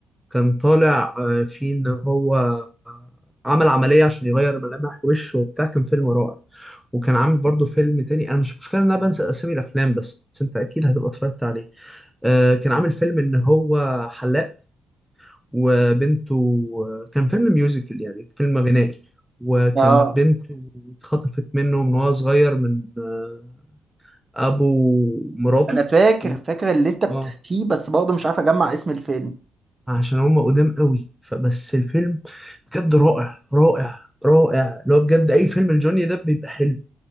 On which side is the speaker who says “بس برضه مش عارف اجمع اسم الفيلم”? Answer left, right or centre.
Right